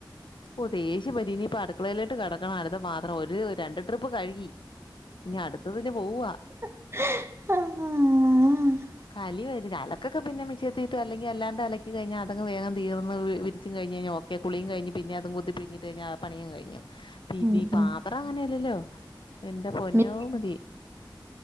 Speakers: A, on the left (about 75°); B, on the right (about 30°).
A: ഓ ദേഷ്യം വരും ഇനി ഇപ്പൊ അടുക്കളയിലോട്ട് കട്ക്കണം അടുത്ത പാത്രം ഒരു രണ്ട് ട്രിപ്പ് കഴുകി. ഇഞ് അട്ത്തതിന് പോവാ.
B: ആഹ്.
A: കലി വര അലക്കൊക്കെ പിന്നെ മിഷീനത്തിട്ട് അലക്കി അല്ലാണ്ട് അലക്കി കഴിഞ്ഞാ അതങ് വേഗം തീർന്ന് വി ചും കഴിഞ് കഴിഞ്ഞ ഓക്കെ കുളിം കഴിഞ് പിന്നെ അതും കുത്തി പിഴിഞ്ഞിട്ട് കഴിഞ്ഞാ പണിയും കഴിഞ്ഞു. പിന്നെ
B: ഉം ഉം
A: പാത്രം അങ്ങനെയല്ലല്ലോ എന്റെ പൊന്നോ
B: മി
A: മതി.